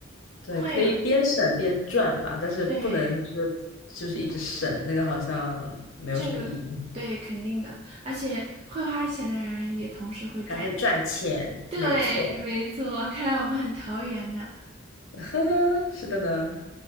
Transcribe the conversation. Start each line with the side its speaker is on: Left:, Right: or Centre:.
Left: 对，
Right: 会，
Left: 可以边省边赚吧，但是不能就是就是一直省，
Right: 对，
Left: 那个好像没有什么意义，
Right: 这个对，肯定的，而且会花钱的人也同时会赚钱。
Left: 还会赚钱，
Right: 对，
Left: 没错，
Right: 没错，看来我们很投缘呢。
Left: <laughs> 呵呵，是的呢。